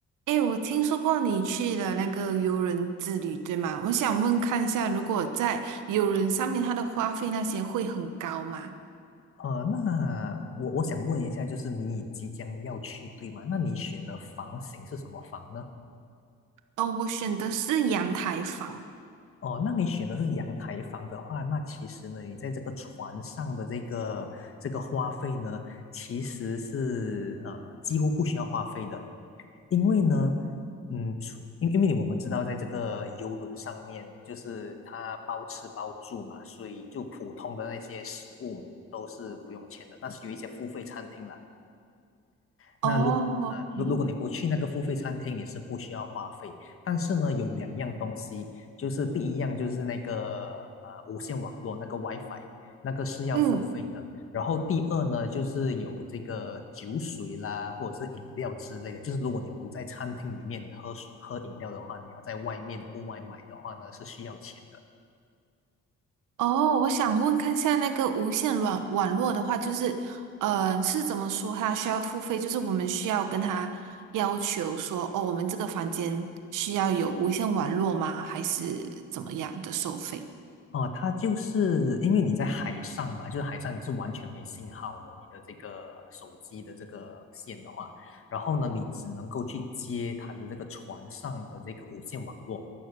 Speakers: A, on the right; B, on the left.
A: 诶，我听说过你去了那个游轮之旅，对吗？我想问看一下，如果在游轮上面，它的花费那些会很高吗？
B: 呃，那我我想问一下，就是你即将要去，对吗？那你选的房型是什么房呢？
A: 哦，我选的是阳台房。
B: 哦，那你选的是阳台房的话，那其实呢，你在这个船上的这个这个花费呢，其实是呃几乎不需要花费的，因为呢，嗯，除因因为我们知道，在这个游轮上面，就是它包吃包住嘛，所以就普通的那些食物都是不用钱的，但是有一些付费餐厅啦。那如呃，
A: 哦，
B: 如如果你不去那个付费餐厅，
A: 诶，
B: 你是不需要花费。但是呢，有两样东西，就是第一样就是那个呃无线网络那个 WiFi，那个是要付费的。
A: 嗯，
B: 然后第二呢，就是有这个酒水啦，或者是饮料之类的。就是如果你不在餐厅里面喝水喝饮料的话，你要在外面户外买的话呢，是需要钱的。
A: 哦，我想问看一下那个无线网网络的话，就是，呃，是怎么说它需要付费？就是我们需要跟他要求说，哦，我们这个房间需要有无线网络吗？还是怎么样的收费？
B: 哦，它就是因为你在海上嘛，就是海上你是完全没信号的，你的这个手机的这个线的话，然后呢，你只能够去接它的这个船上的这个无线网络。